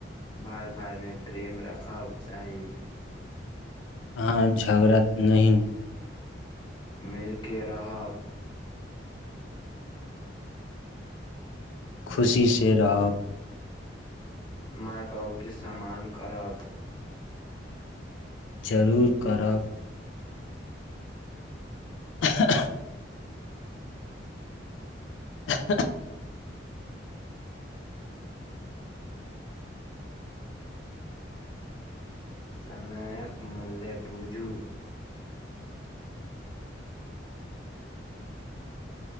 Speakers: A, on the left (about 25°); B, on the left (about 85°).
A: भाय में प्रेम रखब चाही।
B: अहाँ झगड़ा नै
A: मिल केँ रहब।
B: खुशी से रहब।
A: मैय बाबू केँ सम्मान करब।
B: जरूर करब <unintelligible> <unintelligible>
A: समेयक मूल्य बुझू